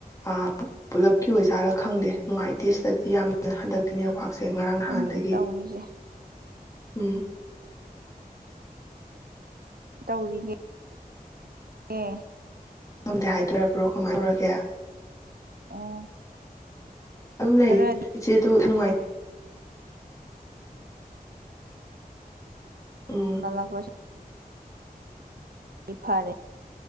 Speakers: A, on the left; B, on the right.
A: ꯑꯥ ꯄꯨꯂꯞꯀꯤ ꯑꯣꯏꯖꯥꯠꯂꯥ ꯈꯪꯗꯦ ꯅꯨꯡꯉꯥꯏꯇꯦ ꯁꯤꯗꯗꯤ ꯌꯥꯝꯅ ꯍꯟꯗꯛ ꯅꯦꯋꯥꯛꯁꯦ ꯉꯔꯥꯡ
B: ꯈꯪꯗꯦ
A: ꯅꯍꯥꯟꯗꯒꯤ
B: ꯇꯧꯔꯤꯁꯦ
A: ꯎꯝ
B: ꯇꯧꯔꯤꯒꯦ ꯑꯦ
A: ꯉꯝꯗꯦ ꯍꯥꯏꯗꯣꯔꯕ꯭ꯔꯣ ꯀꯃꯥꯏ ꯇꯧꯔꯒꯦ
B: ꯑꯣ
A: ꯑꯗꯨꯝ ꯂꯩꯔꯤ
B: ꯈꯔꯗꯤ
A: ꯏꯆꯦꯗꯣ ꯅꯨꯡꯉꯥꯏ ꯎꯝ
B: ꯂ ꯀꯣꯏꯁ ꯏ ꯐꯔꯦ